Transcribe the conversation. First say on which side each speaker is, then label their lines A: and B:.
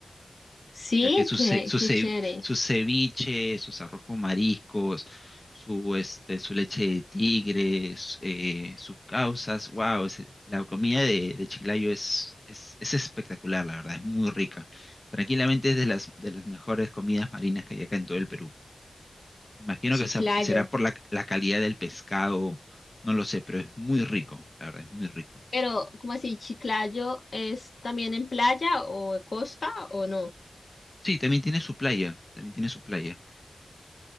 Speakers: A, on the left; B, on the left.
A: Sí,
B: ya que su,
A: qué,
B: ce- su,
A: qué
B: ce-
A: chévere.
B: su ceviche, sus arroz con mariscos, su, este, su leche de tigre, su- eh, sus causas, wow, la comida de, de Chiclayo es, es, es espectacular, la verdad, es muy rica. Tranquilamente es de las, de las mejores comidas marinas que hay acá en todo el Perú. Imagino
A: Chiclayo.
B: que sea- será por la, la calidad del pescado, no lo sé, pero es muy rico, la verdad, es muy rico.
A: Pero, ¿cómo así? ¿Chiclayo es también en playa o costa o no?
B: Sí, también tiene su playa, también tiene su playa,